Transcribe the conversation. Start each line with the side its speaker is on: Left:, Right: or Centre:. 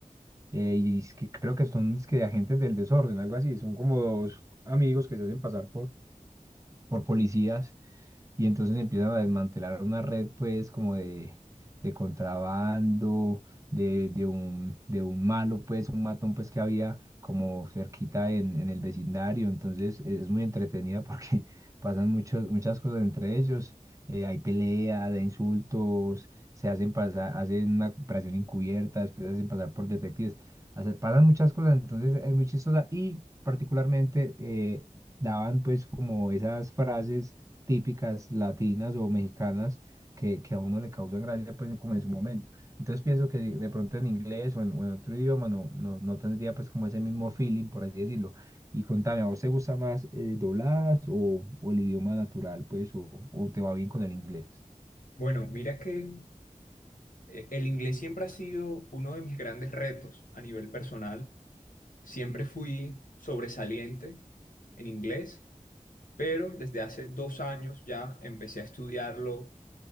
Right: eh, y es que creo que son es que de agentes del desorden, algo así, son como dos amigos que se hacen pasar por, por policías y entonces empiezan a desmantelar una red pues como de, de contrabando, de, de un, de un malo pues, un matón pues que había como cerquita en, en el vecindario, entonces e, es muy entretenida porque <laughs> pasan muchos, muchas cosas entre ellos, eh, hay peleas, hay insultos, se hacen pasar, hacen una operación encubierta, después se hacen pasar por detectives, hace- pasan muchas cosas, entonces es muy chistosa y particularmente... eh, daban pues como esas frases típicas latinas o mexicanas que, que a uno le causan gracia, pues como en su momento. Entonces pienso que de de pronto en inglés o en, o en otro idioma no, no, no tendría pues como ese mismo feeling, por así decirlo. Y contame, ¿a vos te gusta más eh, dobladas o, o el idioma natural, pues, o, o te va bien con el inglés?
Left: Bueno, mira que eh, el inglés siempre ha sido uno de mis grandes retos a nivel personal Siempre fui sobresaliente en inglés, pero desde hace dos años ya empecé a estudiarlo